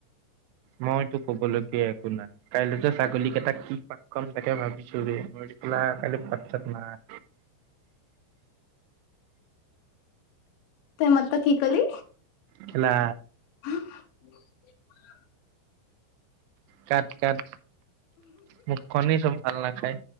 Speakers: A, on the right; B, on the left.
A: মইতো ক'ব লগীয়া একো নাই, কাইলৈ যে ছাগলী কেইটা কি পা কম তাকে ভাবিছো ৰে ম পেলা কাইলে পাতছাত নাই।
B: তই এই মাত্ৰ কি কলি?
A: খেলা
B: <unintelligible>
A: কাট কাট। মোখ খনেই চব ভাল নাখায়।